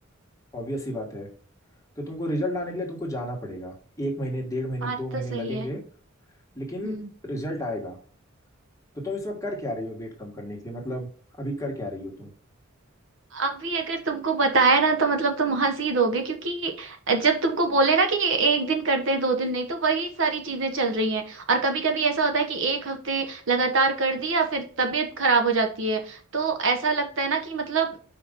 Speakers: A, on the left (about 15°); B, on the right (about 60°).
A: ऑब्वियस ही बात है तो तुमको रिजल्ट आने के लिए तुमको जाना पड़ेगा एक महीने डेढ़ महीने
B: बात
A: दो महीने
B: तो सही
A: लगेंगे
B: है
A: लेकिन
B: हम्म
A: रिजल्ट आएगा तो तुम इस वक्त कर क्या रही हो वेट कम करने के लिए मतलब अभी कर क्या रही हो तुम
B: अभी अगर तुमको बताया ना तो मतलब तुम हंस ही दोगे क्योंकि जब तुमको बोले ना कि एक दिन करते हैं दो दिन नहीं तो वही सारी चीजें चल रही हैं और कभी कभी ऐसा होता है कि एक हफ्ते लगातार कर दिया फिर तबीयत खराब हो जाती है तो ऐसा लगता है ना कि मतलब